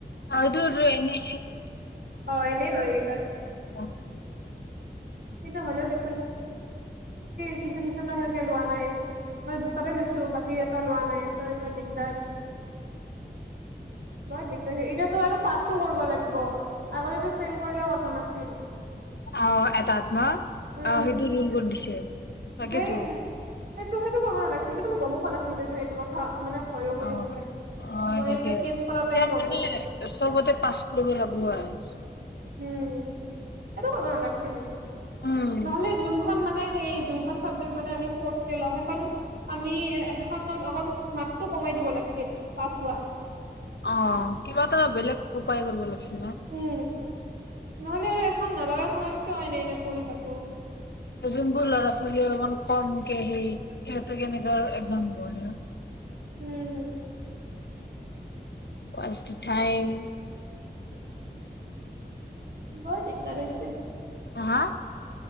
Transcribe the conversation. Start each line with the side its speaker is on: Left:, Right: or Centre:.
Left: অ এইটোটো এনে
Right: হয় এনেই লয় এইকেইটা
Left: অ
Right: কিন্তু হ'লেও দেচোন টিউশ্যন চিউচনো লোৱা নাই মই দুটাতে লৈছো বাকী এটা লোৱা নাই ত দিগদাৰ বৰ দিগদাৰ এতিয়াতো আৰু পাছ -ছো কৰিব লাগ- ব আগতেটো ফেইল কৰিলেও কথা নাছিল।
Left: অ', এটাত ন',
Right: উম।
Left: অ', সেইটো ৰোল কৰি দিছে। তাকেতো
Right: <unintelligible> সেইটো কব নালাগ <unintelligible> এইটো কথা মানে হয়ও বুলি
Left: অ',
Right: সঁচাকে।
Left: অ',
Right: মই
Left: তাকে
Right: এতিয়া চেঞ্জ কৰাতেহে
Left: এতিয়া
Right: গম
Left: মানে
Right: পাইছো
Left: চবতে পাছ কৰিব লাগিব আৰু।
Right: উম, এইটো কৰিব নালাগিছিল।
Left: উম
Right: নহ'লে যোনখন মানে সেই যোনখন চাবজেক্ট মানে আমি ফোৰ্ট কে ল'ম সেই খন আমি সেইখনত অকন মাকচটো কমাই দিব লাগছিল পাছ হোৱা।
Left: অ, কিবা এটা বেলেগ উপায় কৰিব লাগছে ল ন <unintelligible>
Right: উম নহলে আৰু এখন নালাগা খন আৰু কিয় এনে - এনে পঢ়ি থাকো।
Left: যোনবোৰ ল'ৰা ছোৱালী অলপমান কমকে সেই সিহঁতে কেনেকুৱা একজাম হয় ন।
Right: উম,
Left: ফাৰ্ষ্ট টাইম।
Right: বৰ দিগদাৰ হৈছে।
Left: হা- হা?